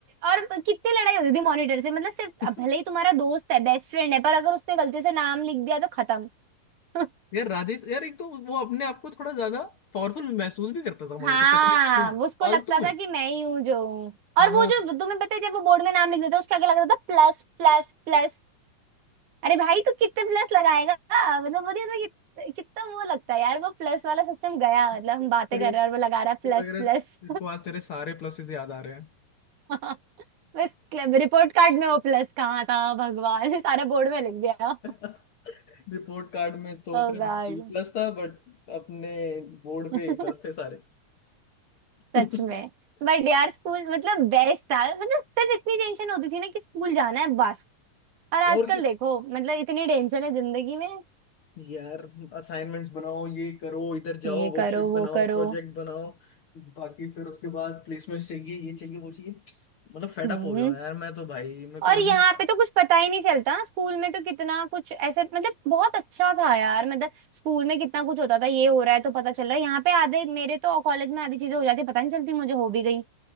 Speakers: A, on the right; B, on the left.
A: और कितनी लड़ाई होती थी मॉनिटर से मतलब सिर्फ
B: <laughs>
A: भले ही तुम्हारा दोस्त है बेस्ट फ्रेंड है पर अगर उसने गलती से नाम लिख दिया तो खत्म <laughs>
B: यार राजेश यार एक तो वो अपने आप को थोड़ा ज्यादा पावरफुल महसूस भी करता था कमांडर
A: हाँ
B: पता नहीं क्यों
A: वो उसको
B: फालतू
A: लगता
B: में
A: था कि मैं ही हूँ जो हूँ और
B: हाँ
A: वो जो
B: <laughs>
A: तुम्हें पता है जब वो बोर्ड में नाम लिख देता उसके आगे लग रहा था प्लस प्लस प्लस अरे भाई तू कितने प्लस लगाएगा मतलब वो नहीं होता कि कितना वो लगता है यार वो प्लस वाला सिस्टम गया मतलब
B: लग
A: हम बातें कर
B: रहा
A: रहे हैं और वो लगा रहा है प्लस
B: लग रहा
A: प्लस
B: है तेरे को आज तेरे सारे प्लसेस याद आ रहे हैं
A: <laughs> बस रिपोर्ट कार्ड में वो प्लस कहाँ था भगवान सारा बोर्ड में लिख गया
B: <laughs> रिपोर्ट कार्ड में तो
A: Oh
B: सिर्फ
A: God
B: बी प्लस था बट अपने बोर्ड
A: <laughs>
B: पे ए प्लस थे सारे
A: सच
B: <laughs>
A: में बट यार स्कूल मतलब बेस्ट था मतलब सिर्फ इतनी टेंशन होती थी ना कि स्कूल जाना है बस और आजकल
B: और
A: देखो मतलब इतनी टेंशन है जिंदगी में
B: यार असाइनमेंट्स बनाओ ये करो इधर जाओ
A: ये
B: वर्कशीट
A: करो
B: बनाओ
A: वो करो
B: प्रोजेक्ट बनाओ बाकी फिर उसके बाद प्लेसमेंट चाहिए ये चाहिए वो चाहिए मतलब फेडअप
A: हम्म
B: हो गया हूँ यार मैं तो भाई मेरे
A: और
B: को अब
A: यहाँ
B: इतनी यार
A: पे तो कुछ पता ही नहीं चलता स्कूल में तो कितना कुछ ऐसे मतलब बहुत अच्छा था यार मतलब स्कूल में कितना कुछ होता था ये हो रहा है तो पता चल रहा है यहाँ पे आधे मेरे तो कॉलेज में आधी चीजें हो जाती पता नहीं चलती मुझे हो भी गई